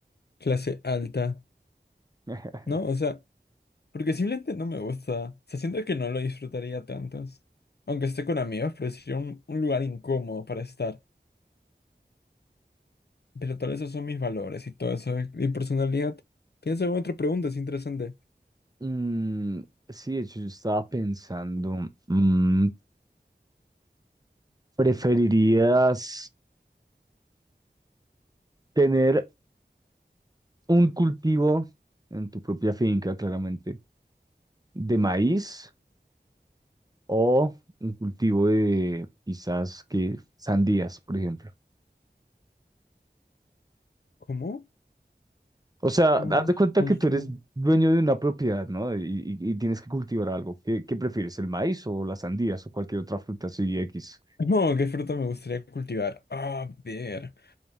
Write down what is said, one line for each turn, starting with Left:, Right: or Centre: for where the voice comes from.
Left: clase alta,
Right: <laughs>
Left: ¿no? O sea, porque simplemente no me gusta. O sea, siento que no lo disfrutaría tanto. Aunque esté con amigos, pero sería un, un lugar incómodo para estar. Pero tal vez esos son mis valores y todo eso, y personalidad. ¿Tienes alguna otra pregunta? Es interesante.
Right: Mm, sí, de hecho, yo estaba pensando, mm, ¿preferirías tener un cultivo en tu propia finca, claramente? de maíz o un cultivo de quizás que sandías, por ejemplo.
Left: ¿Cómo?
Right: O sea, haz
Left: Un
Right: de cuenta
Left: último.
Right: que tú eres dueño de una propiedad, ¿no? Y, y- y tienes que cultivar algo. ¿Qué, qué prefieres, el maíz o las sandías o cualquier otra fruta así X?
Left: No, ¿qué fruta me gustaría cultivar? Ah, A ver.